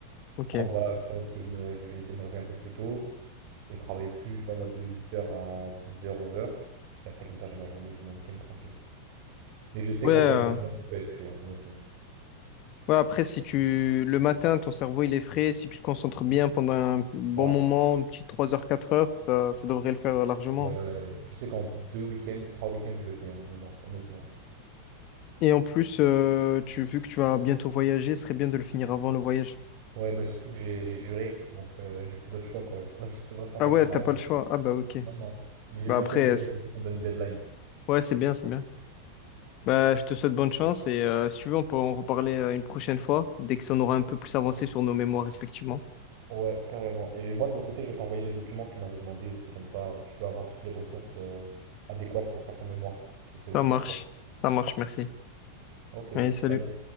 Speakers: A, on the left; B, on the right.
A: Ok.
B: Prendre, voilà, je pense que je me réveille- je vais essayer de me réveiller un peu plus tôt et travailler dessus, je sais pas moi, de huit heures à dix heures onze heures Et après, comme ça, j'ai ma journée, j'ai mon week-end tranquille. Mais je sais
A: Ouais,
B: qu'en quelques heures, ça peut être fait, hein, honnêtement.
A: Ouais, après, si tu le matin, ton cerveau il est frais, si tu te concentres bien pendant un
B: Ça,
A: bon moment, un petit 3 heures, 4 heures, ça, ça devrait le faire largement.
B: ouais, je sais qu'en deux week-ends, trois week-ends, je le fais, hein, de mémoire, honnêtement.
A: Et en plus, euh, tu, vu que tu vas bientôt voyager, ce serait bien de le finir avant le voyage.
B: Ouais, bah surtout que j'ai j'ai juré, donc euh, j'ai plus d'autre choix, quoi. <laughs> Je peux pas faire
A: Ah
B: machine
A: ouais, t'as
B: arrière.
A: pas le choix. Ah bah ok.
B: Non, non. Mais j'ai
A: Bah
B: bien
A: après,
B: fait de jurer,
A: euh, c'est-
B: comme ça, ça me donne une deadline.
A: ouais, c'est bien, c'est bien. Bah je te souhaite bonne chance et euh, si tu veux, on peut en reparler euh, une prochaine fois, dès que ça on aura un peu plus avancé sur nos mémoires respectivement.
B: Ouais, carrément. Et moi, de mon côté, je vais t'envoyer les documents que tu m'avais demandé aussi, comme ça, tu peux avoir toutes les ressources euh, adéquates pour faire ton mémoire, si c'est OK
A: Ça marche.
B: pour toi.
A: Ça marche, merci.
B: OK,
A: Allez, salut.
B: salut.